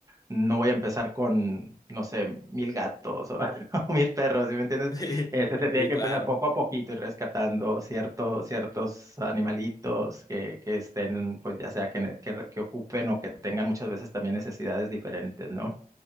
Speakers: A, on the right (about 20°); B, on the left (about 25°).
A: no voy a empezar con, no sé, mil gatos o, <laughs> o mil perros, ¿sí me entiendes?
B: Sí,
A: Este, se tienen
B: sí,
A: que
B: claro.
A: empezar poco a poquito y rescatando cierto, ciertos animalitos que, que estén, pues ya sea que, ne- que, re- que ocupen o que tengan muchas veces también necesidades diferentes, ¿no?